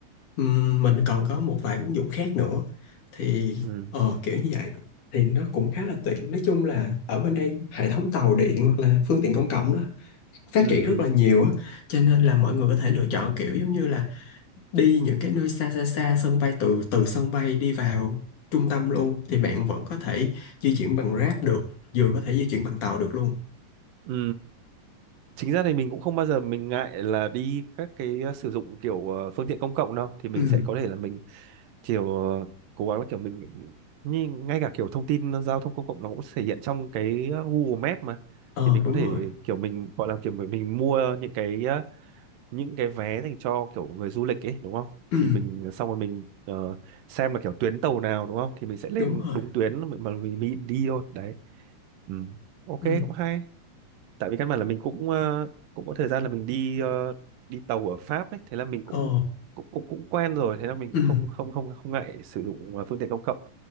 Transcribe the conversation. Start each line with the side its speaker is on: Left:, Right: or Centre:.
Left: ừm, mình còn có một vài ứng dụng khác nữa thì
Right: ừ
Left: ờ, kiểu như vậy thì nó cũng khá là tiện nói chung là ở bên đây hệ thống tàu điện hoặc là phương tiện công cộng đó phát
Right: ừ
Left: triển rất
Right: ừ
Left: là nhiều á cho nên là mọi người có thể lựa chọn kiểu giống như là đi những cái nơi xa xa xa sân bay từ từ sân bay đi vào trung tâm luôn thì bạn vẫn có thể di chuyển bằng Grab được vừa có thể di chuyển bằng tàu được luôn
Right: ừ chính ra thì mình cũng không bao giờ mình ngại là đi các cái ờ, sử dụng kiểu ờ, phương tiện công cộng đâu thì mình
Left: ừ
Right: sẽ có thể là mình kiểu ờ, cố gắng là kiểu mình như ngay cả kiểu thông tin giao thông công cộng nó cũng thể hiện trong cái ờ, Google Maps mà
Left: ờ
Right: thì mình
Left: đúng
Right: có thể
Left: rồi
Right: kiểu mình gọi là kiểu mình, mình mua những cái ờ, những cái vé dành cho kiểu người du lịch ấy đúng không
Left: ừ
Right: thì mình xong rồi mình ờ, xem là kiểu tuyến tàu nào đúng không thì mình sẽ lên
Left: đúng rồi
Right: đúng tuyến mà mình, mình đi thôi đấy ừ. ok
Left: ừ
Right: cũng hay tại vì căn bản là mình cũng ờ, cũng có thời gian là mình đi ờ, đi tàu ở Pháp ấy thế là mình cũng
Left: ờ
Right: cũng cũng cũng quen rồi thế là mình
Left: ừ
Right: cũng không không không không ngại sử dụng ờ, phương tiện công cộng